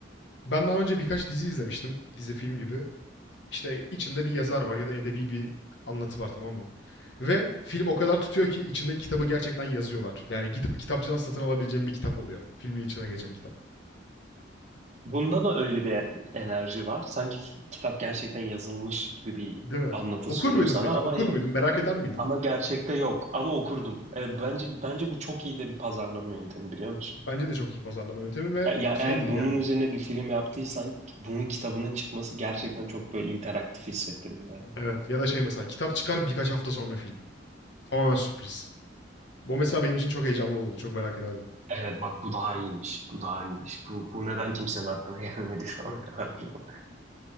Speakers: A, on the left (about 70°); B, on the right (about 40°).
A: Ben daha önce birkaç dizi izlemiştim. Dizi film gibi. İşte içinde bir yazar var ya da edebi bir anlatı var tamam mı? Ve film o kadar tutuyor ki içindeki kitabı gerçekten yazıyorlar. Yani gidip kitapçıdan satın alabileceğim bir kitap oluyor. Filmin içine geçen kitap.
B: bunda da öyle bir enerji var. Sanki kitap gerçekten yazılmış gibi bir
A: Değil mi?
B: anlatı
A: Okur
B: sunuyor
A: muydun
B: sana
A: peki?
B: ama
A: Okur muydun? Merak eder miydin?
B: ama gerçekte yok. Ama okurdum. E, bence bence bu çok iyi de bir pazarlama yöntemi biliyor musun?
A: Bence de çok iyi pazarlama yöntemi ve
B: E, Ya
A: şey
B: eğer
A: değil
B: bunun
A: yani.
B: üzerine bir film yaptıysan bunun kitabının çıkması gerçekten çok böyle interaktif hissettirir yani.
A: Evet. Ya da şey mesela kitap çıkar birkaç hafta sonra film. Tamamen sürpriz. Bu mesela benim için çok heyecanlı olurdu. Çok merak ederdim.
B: Evet bak bu daha iyiymiş. Bu daha iyiymiş. Bu, bu neden kimsenin aklına <laughs> gelmedi şu
A: Değil
B: ana
A: mi?
B: kadar acaba?